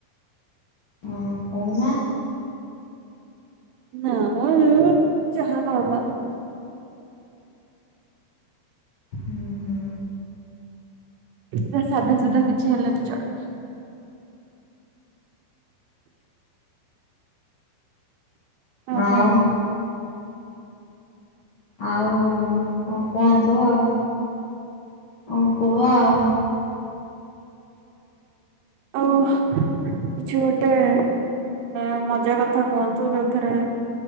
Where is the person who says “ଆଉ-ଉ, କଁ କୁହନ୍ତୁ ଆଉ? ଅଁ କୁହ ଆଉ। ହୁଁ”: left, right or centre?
Left